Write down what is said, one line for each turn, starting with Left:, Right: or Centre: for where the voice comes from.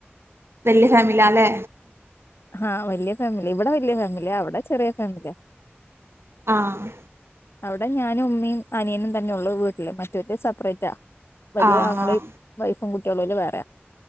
Right: വല്യ ഫാമിലി അല്ലേ
Left: ആഹ് വല്യയ ഫാമിലി ഇവിടെ വലിയ ഫാമിലിയ അവിടെ ചെറിയ ഫാമിലിയാ
Right: ആഹ്
Left: അവിടെ ഞാനും ഉമ്മിം അനിയനും തന്നെ ഉള്ളൂ വീട്ടില് മറ്റൊര് സെപ്പറേറ്റാ വലിയ
Right: ആഹ്
Left: ആങ്ങളിം വൈഫും കുട്ടികളും ഓല് വേറെയാ